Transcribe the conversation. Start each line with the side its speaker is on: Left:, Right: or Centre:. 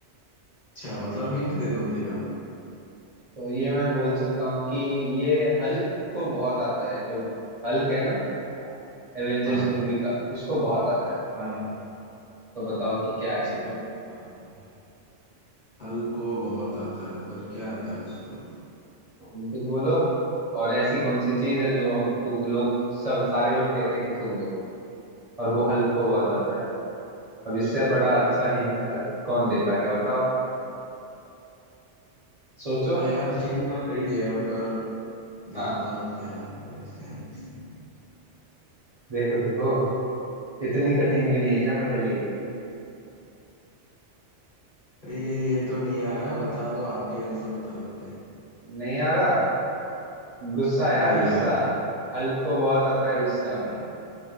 Left: अच्छा मतलब हिंट दे दो फिर आप
Right: तो ये मैं बोल सकता हूँ कि ये हल्क को बहुत आता है जो हल्क है ना एवेंजर्स
Left: हाँ
Right: मूवी का उसको बहुत आता है
Left: हाँ
Right: तो बताओ कि क्या है
Left: उसका
Right: ये
Left: बहुत आता है हल को बहुत आता है पर क्या आता है उसको
Right: तुम खुद बोलो और ऐसी कौन सी चीज है जो हम थूक लोग सब सारे लोग कहते हैं कि थूक दो और वो हल्क को बहुत आता है अब इससे बड़ा अच्छा हिंट कौन दे पाएगा बताओ सोचो
Left: हाँ यार हिंट
Right: हम्म।
Left: तो सही दिया है पर देखता
Right: हाँ
Left: हूँ क्या होगा इसका आंसर
Right: देखो देखो इतनी कठिन भी नहीं है पहली
Left: ये ये तो नहीं आ रहा बता दो आप ही आंसर बता दो फिर
Right: नहीं आ रहा गुस्सा यार
Left: नहीं
Right: गुस्सा
Left: आ रहा यार
Right: हल्क को बहुत आता है
Left: अच्छा
Right: गुस्सा